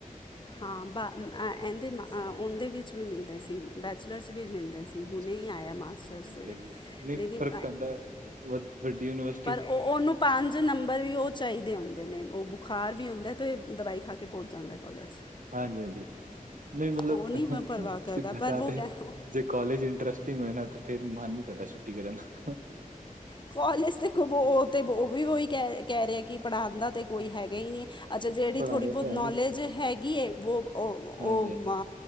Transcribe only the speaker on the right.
ਅੱਛਾ
ਠੀਕ
ਹੈ ਜੀ ਨਹੀਂ
ਫ਼ਰਕ ਪੈਂਦਾ ਹੈ, ਵ ਵੱਡੀ ਯੂਨੀਵਰ
ਹਾਂਜੀ ਹਾਂਜੀ ਨਈ ਮਤਲਬ
<unintelligible>
ਕੋਲਜ ਇੰਟਰਸਟਿੰਗ ਹੋਏ ਨਾ ਤੇ ਫੇਰ ਮਨ ਨੀ ਕਰਦਾ ਛੁੱਟੀ ਕਰਨ ਦਾ।
ਪੜ੍ਹਾਉਣਾ
ਤਾਂ ਹੈ
ਨਹੀਂ
ਹਾਂਜੀ
ਹਾਂਜੀ